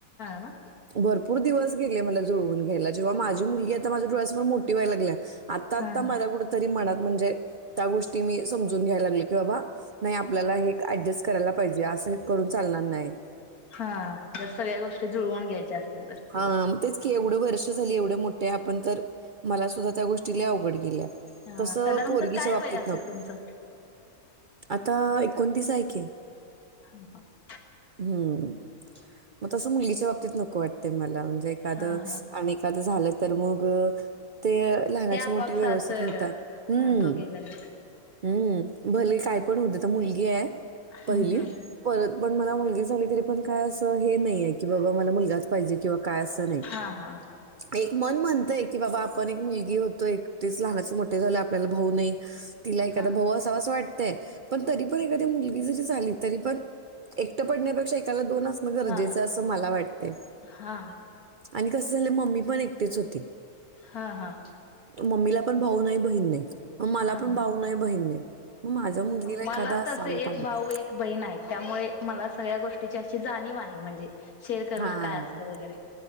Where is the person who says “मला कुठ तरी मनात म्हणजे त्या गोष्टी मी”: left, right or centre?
Right